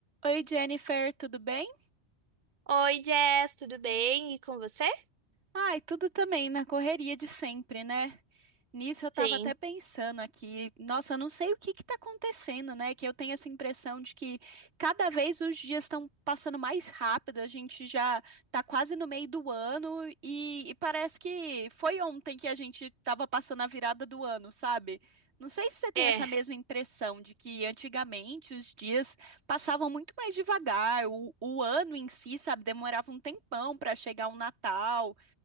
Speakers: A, on the right; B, on the right.
A: Oi, Jennifer, tudo bem?
B: Oi, Jess, tudo bem? E com você?
A: Ai, tudo também na correria de sempre, né? Nisso eu tava
B: Sim,
A: até pensando aqui, nossa, eu não sei o que que tá acontecendo, né? Que eu tenho essa impressão de que cada vez os dias estão passando mais rápido, a gente já tá quase no meio do ano e, e parece que foi ontem que a gente tava passando a virada do ano, sabe? Não sei se você tem
B: É,
A: essa mesma impressão de que antigamente os dias passavam muito mais devagar, o, o ano em si, sabe, demorava um tempão para chegar o Natal.